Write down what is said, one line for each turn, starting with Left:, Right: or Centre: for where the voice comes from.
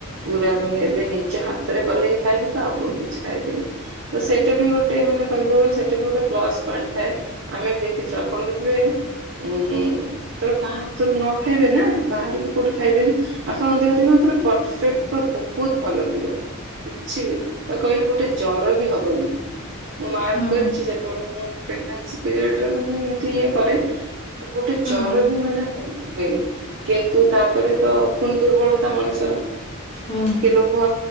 Right: ପୁରା ମାନେ ଏବେ ନିଜ ହାତରେ କଲେ ହି ଖାଇବି ତ ଆଉ କୋଉଠି କିଛି ଖାଇବିନି। ତ ସେଇଟା ବି ଗୋଟେ, ମାନେ କହିବାକୁ ଗଲେ, ସେଟା ବି ଗୋଟେ ପ୍ଲସ୍ ପଏଣ୍ଟ ଥାଏ। ଆମେ ବି ଦେଖିଛୁ, ଆପଣ ଦେଖିବେ, ଉଁ ଯେତେବେଳେ କାହା ହାତରୁ ନ ଖାଇବେ ନା, ବାହାରୁ ବି କୋଉଠି ଖାଇବେନି, ଆପଣ ଦେହ ଦେ ପୁରା ପରଫେକ୍ଟ, ପୁରା ବହୁତ ଭଲ ଥିବ। କିଛି, ବା କହିଲି ଗୋଟେ ଜର ବି ହବନି। ମୁଁ ମାର୍କ
Left: ହୁଁ
Right: କରିଚି ଯେତେବେଳେ, ମୁଁ ପ୍ରେଗେନେସି ପିରିଅଡରେ ମାନେ ଏମିତି ଇଏ କରେ। ତ ଗୋଟେ
Left: ହୁଁ
Right: ଜର ବି ମାନେ ହୁଏନି, କିନ୍ତୁ ତାପରେ ତ ପୁଣି ଦୁର୍ବଳ ମଣିଷର,
Left: ହୁଁ।
Right: ଟିକେ ଲୋଭ